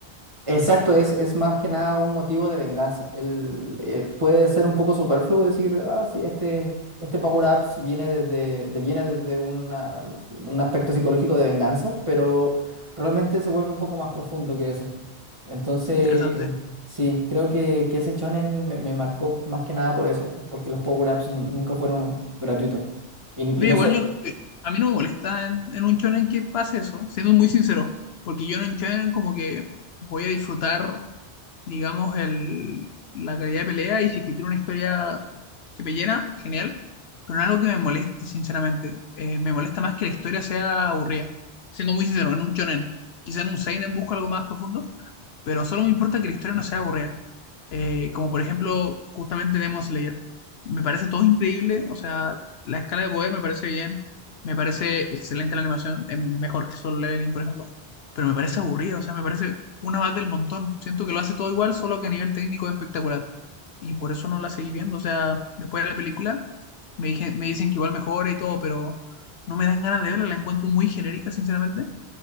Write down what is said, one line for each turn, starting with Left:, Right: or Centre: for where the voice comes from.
Right: Exacto, es, es más que nada un motivo de venganza. El, eh, puede ser un poco superfluo decir, ah, sí, este, este Power Ups viene desde, de- viene desde una- un aspecto psicológico de venganza, pero realmente se vuelve un poco más profundo que eso. Entonces,
Left: interesante.
Right: sí, creo que, que ese shonen me, me marcó más que nada por eso, porque los Power Ups nunca fueron gratuitos. Y,
Left: Mira,
Right: y no
Left: igual
Right: so-
Left: yo, no, yo- a mí no me molesta en, en un shonen que pase eso, siendo muy sincero, porque yo en un shonen como que voy a disfrutar digamos, el, la calidad de pelea y si es que tiene una historia que me llena, genial, pero no es algo que me moleste, sinceramente. Eh, me molesta más que la historia sea aburrida, siendo muy sincero, en un shonen. Quizá en un seinen busco algo más profundo, pero solo me importa que la historia no sea aburrida. Eh, como por ejemplo, justamente Demon Slayer. Me parece todo increíble, o sea, la escala de poder me parece bien, me parece excelente la animación, es mejor que Solo Leveling, por ejemplo pero me parece aburrido, o sea, me parece una más del montón. Siento que lo hace todo igual, solo que a nivel técnico es espectacular. Y por eso no la seguí viendo, o sea, después de la película me dije, me dicen que igual mejora y todo, pero no me dan ganas de verla, la encuentro muy genérica, sinceramente.